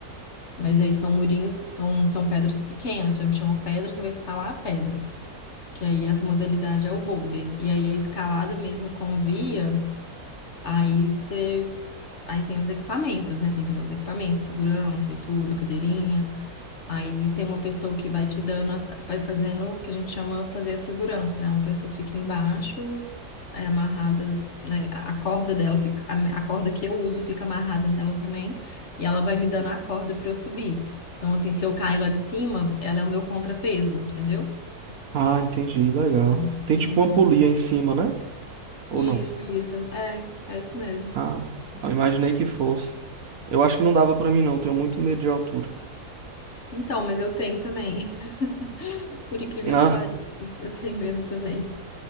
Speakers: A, on the left (about 50°); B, on the right (about 70°).
A: Mas aí são murinhos, são, são pedras pequenas, já me chamou pedra, você vai escalar a pedra. Que aí essa modalidade é o boulder. E aí a escalada mesmo com via, aí você aí tem os equipamentos, né? Tem que usar os equipamentos, segurança e tudo, cadeirinha. Aí tem uma pessoa que vai te dando, as- vai fazendo o que a gente chama fazer a segurança, né? Uma pessoa fica embaixo, é amarrada, né? A a corda dela fica, a a corda que eu uso fica amarrada nela também, e ela vai me dando a corda para eu subir. Então, assim, se eu cair lá de cima, ela é o meu contrapeso, entendeu?
B: Ah, entendi. Legal.
A: Então,
B: Tem
A: tem
B: tipo
A: uma-
B: uma polia em cima, né? Ou
A: Isso,
B: não?
A: isso. É, é isso mesmo.
B: Ah, eu imaginei que fosse. Eu acho que não dava pra mim não. eu Tenho muito medo de altura.
A: Então, mas eu tenho também. <laughs> Por incrível
B: Ah,
A: que pareça, eu tenho medo também.